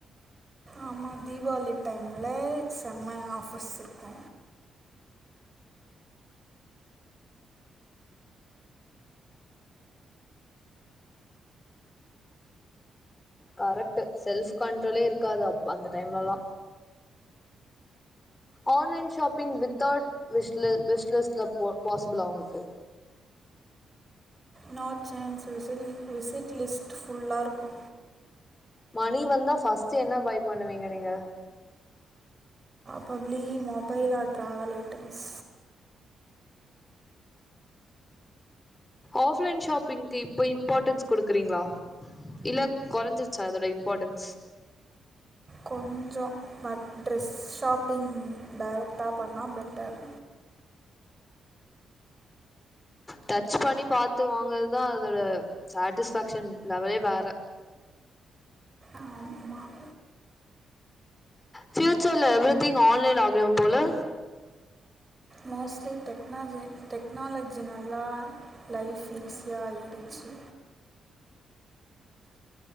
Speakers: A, on the right; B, on the left.
A: ஆமா தீபாவளி டைம்ல செம்ம ஆஃபர்ஸ் இருக்கு
B: கரக்ட்டு செல்ஃப் கண்ட்ரோலே இருக்காது அப்ப அந்த டைம்லலா ஆன்லைன் ஷாப்பிங் வித்தவுட் விஷ்ல விஷ்லெஸ்ல போ பாசிபுளா உங்ளுக்கு
A: நோ சான்ஸ் விசிட்லி விசிட் லிஸ்ட்டு ஃபுல்லா இருக்கு
B: மணி வந்தா ஃபஸ்ட்டு என்ன பை பண்ணுவீங்க நீங்க
A: fully mobile or travel items
B: offline ஷாப்பிங்க்கு இப்ப இம்பாட்டன்ஸ் குடுக்குறீங்ளா இல்ல கொறஞ்சிருச்சா அதோட இம்பாட்டன்ஸ்
A: கொஞ்சோ பட் ட்ரெஸ் ஷாப்பிங் டேரெக்ட்டா பண்ணா பெட்டர்
B: டச் பண்ணி பாத்து வாங்கறதுதா அதோட சாட்டிஸ்பேக்ஷன் லெவலே வேற
A: ஆமாம்
B: ஃபியூச்சர்ல எவ்ரி திங் ஆன்லைன் ஆயிரும் போல
A: மோஸ்ட்லி டெக்னாஜி டெக்னாலஜினல்ல லைஃப் ஈஸியா ஆயிடுச்சு